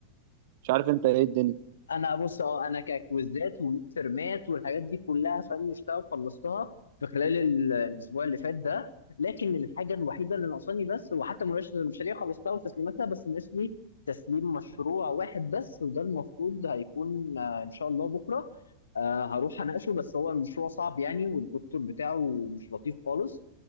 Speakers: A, on the right; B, on the left.
A: مش عارف انت ايه الدنيا
B: انا بص اه انا ككويزات وميدترمات والحاجات دي كلها فنشتها وخلصتها في خلال ال- الاسبوع اللي فات ده لكن الحاجه الوحيده اللي ناقصاني بس وحتى مناقشه المشاريع خلصتها وتسليماتها بس ناقص لي تسليم مشروع واحد بس وده المفروض هيكون آه، ان شاء الله بكره آه، هروح اناقشه بس هو المشروع صعب يعني والدكتور بتاعه مش لطيف خالص